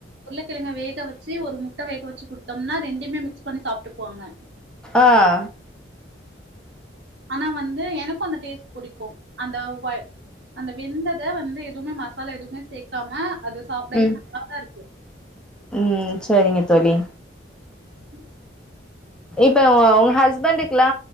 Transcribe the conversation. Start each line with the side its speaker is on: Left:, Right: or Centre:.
Right: கிழங்க வேக வச்சு ஒரு முட்ட வேக வச்சு குடுத்தோம்னா ரெண்டு மிக்ஸ் பண்ணி சாப்ட்டுக்குவாங்க
Centre: ஆ ஆ
Right: ஆனா வந்து எனக்கு அந்த டேஸ்ட் புடிக்கு அந்த ஃவாய் அந்த வெந்தத வந்து எதுவுமே மசாலா எதுவுமே சேக்காம அது சாப்டவே
Centre: உம்
Right: நல்லாதா இருக்கு
Centre: உம் செரிங்க தோழி
Right: உம்
Centre: இப்ப ஓ உங்க ஹஸ்பண்ட்டு குலா